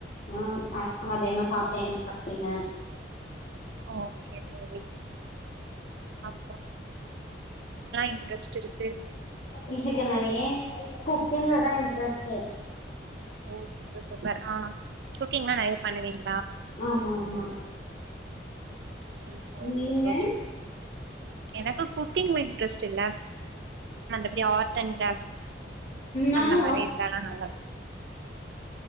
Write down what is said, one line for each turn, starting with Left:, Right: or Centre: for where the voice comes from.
Left: உம் அ மதிய என்ன சாப்ட்டிங் சாப்டிங்க
Right: ஓகே தோழி அப் இன்ட்ரெஸ்ட் இருக்கு
Left: எனக்கு நெறைய குக்கிங்லதா இன் ரஸ்டு
Right: <inaudible> ஆஹ் குக்கீங்லா நெறைய பண்ணுவீங்
Left: ஆமா ஆமா
Right: <inaudible>
Left: நீங்க
Right: தோழி எனக்குக் குக்கிங்ல இன்ட்ரெஸ்ட் இல்ல மத்த படி ஆர்ட் அண்ட் கிராப்ட்
Left: நானு
Right: அந்த மாரி
Left: ஆர்ட்
Right: இதுலல்லா நல்லா